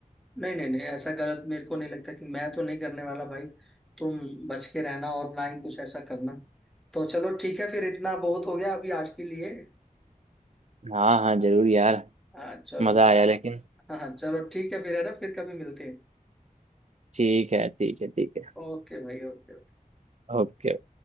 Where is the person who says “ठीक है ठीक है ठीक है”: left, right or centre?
Right